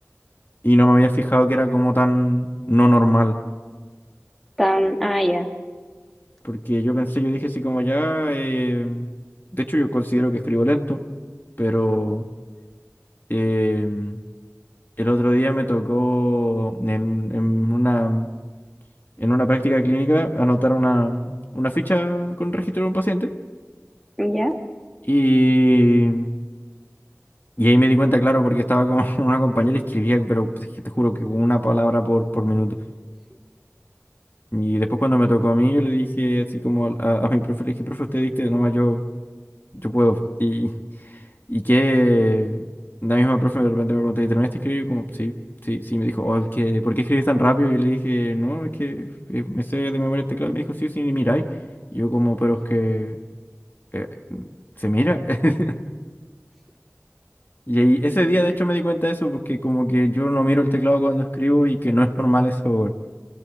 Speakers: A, on the left; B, in the centre.
A: Y no me había fijado que era como tan no normal.
B: tan, ah, ya,
A: Porque yo pensé, yo dije así como ya... eh, De hecho, yo considero que escribo lento, pero... em, El otro día me tocó en, en una, en una práctica clínica anotar una, una ficha con registro de un paciente
B: ya,
A: y, y ahí me di cuenta, claro, porque estaba con <laughs> una compañera y escribía, pero pues, es que te juro que una palabra por, por minuto. Y después cuando me tocó a mí, yo le dije así como al- a, a mi profe, le dije, profe, usted dicte, nomás yo, yo puedo. Y, Y que la misma profe de repente me preguntó, ¿y terminaste de escribir? Yo como, sí, sí, sí, me dijo, oh, es que, ¿por qué escribes tan rápido? Y yo le dije, no, es que eh, me sé de memoria el teclado. Y me dijo, sí, sí, ni miráis. Y yo como, pero es que eh, se mira. <laughs> Y ahí, ese día de hecho me di cuenta de eso porque como que yo no miro el teclado cuando escribo y que no es normal eso, weón.